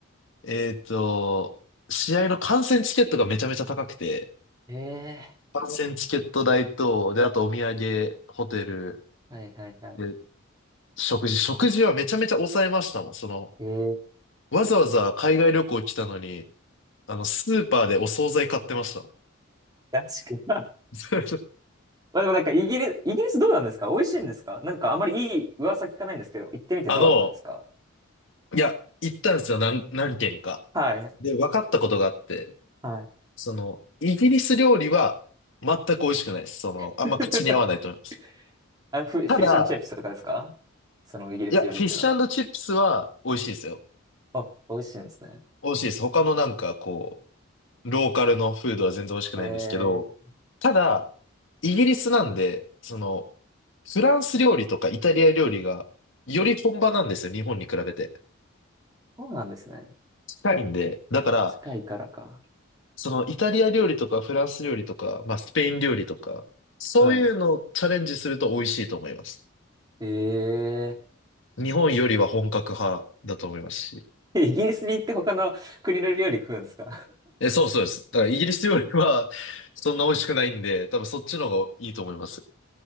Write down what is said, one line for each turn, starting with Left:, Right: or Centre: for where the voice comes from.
Left: えっと、試合の観戦チケットがめちゃめちゃ高くて、
Right: ええ
Left: 観戦チケット代と、で、あとお土産、ホテル、
Right: ーはいはいはい。
Left: で、食事、食事はめちゃめちゃ抑えましたもん。その、
Right: えー、
Left: わざわざ海外旅行来たのに、あの、スーパーでお惣菜買ってました。
Right: ガチか。<laughs> ま
Left: <laughs>
Right: あでもなんかイギリス、イギリスどうなんですか美味しいんですかなんかあまりいい噂聞かないんですけど、行ってみてどうだったんですか
Left: あの、いや、行ったんですよ、何、何軒か。
Right: はい、
Left: で、分かったことがあって、
Right: はい。
Left: その、イギリス料理は全く美味しくないです。その、
Right: <laughs>
Left: あんま口に合わないと思います。
Right: あの、フィフィッシュンチップスとかですかそのイギリス料理っていうのは。
Left: ただ、いや、フィッシュチップスは美味しいですよ。
Right: あ、美味しいんですね。
Left: 美味しいです。他のなんかこう、ローカルのフードは全然美味しくないんですけど、
Right: へえ、
Left: ただ、イギリスなんで、その、フランス料理とかイタリア料理がより本場なんですよ、日本に比べて。
Right: そうなんですね。
Left: 近いんで。だから、
Right: 近いからか。
Left: そのイタリア料理とかフランス料理とか、まあスペイン料理とか、そういうのをチャレンジすると美味しいと思います。
Right: はい。え
Left: 日本よりは本格派だと思いますし。
Right: え、<laughs> イギリスに行って他の国の料理食うんですか
Left: え、そうそうです。だからイギリス料理は <laughs> そんな美味しくないんで、多分そっちの方がいいと思います。